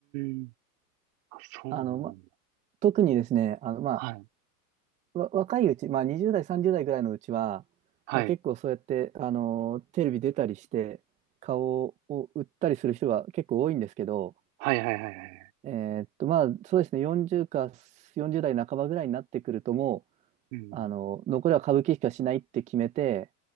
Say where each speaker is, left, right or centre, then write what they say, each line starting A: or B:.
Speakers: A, on the right; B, on the right.
A: ん。あ、そうなんだ。
B: あの、ま、特にですね、あの、まあ、
A: はい。
B: わ、若いうち、まあ20代、30代ぐらいのうちは、
A: はい。
B: まあ、結構そうやって、あのーテレビ出たりして、顔を売ったりする人が結構多いんですけど、
A: はいはいはいはいはいはい
B: えーっと、まあそうですね、40か40代半ばぐらいになってくると、もう、
A: うん。
B: あの残りは歌舞伎しかしないって決めて、